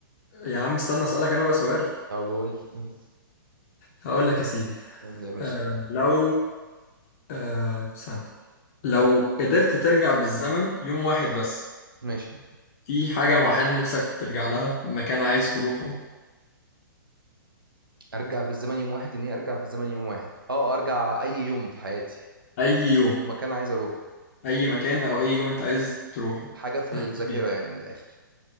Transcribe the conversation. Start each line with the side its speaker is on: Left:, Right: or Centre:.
Left: يا عم استنى اسالك انا بقى سؤال
Right: او بقول لي مم.
Left: هقول لك يا سيدي
Right: قول لي يا باشا
Left: آه، لو أه استنى لو قدرت ترجع بالزمن يوم واحد بس
Right: ماشي
Left: في حاجة معينة نفسك ترجع لها مكان عايز تروحه
Right: ارجع بالزمن يوم واحد يعني ايه ارجع بالزمن يوم واحد اه ارجع اي يوم في حياتي
Left: أي يوم
Right: ومكان عايز اروح
Left: أي مكان أو أي يوم أنت عايز تروحه
Right: حاجة في الذاكرة
Left: هيكون إيه؟
Right: يعني من الاخر